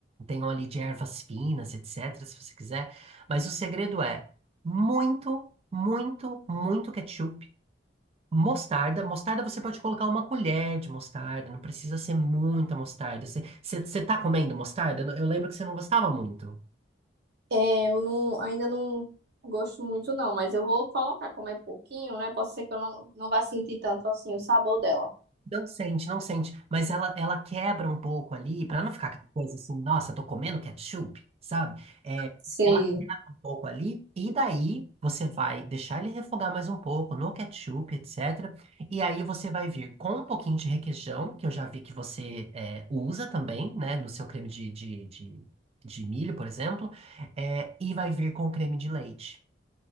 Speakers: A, on the right; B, on the right.
A: Tem óleo de ervas finas, etc., se você quiser. Mas o segredo é muito muito, muito ketchup. Mostarda, mostarda você pode colocar uma colher de mostarda, não precisa ser muita mostarda. Você você- você tá comendo mostarda? Eu lembro que você não gostava muito.
B: É, eu não, ainda não gosto muito não, mas eu vou colocar, como é pouquinho, né? Pode ser que eu não, não vá sentir tanto assim o sabor dela.
A: Não sente, não sente. Mas ela, ela quebra um pouco ali, para não ficar aquela coisa assim, nossa, tô comendo ketchup, sabe? É,
B: Sei.
A: ela quebra um pouco ali, e daí você vai deixar ele refogar mais um pouco no ketchup, etc. E aí você vai vir com um pouquinho de requeijão, que eu já vi que você é, usa também, né, no seu creme de, de, de, de milho, por exemplo, é, e vai vir com creme de leite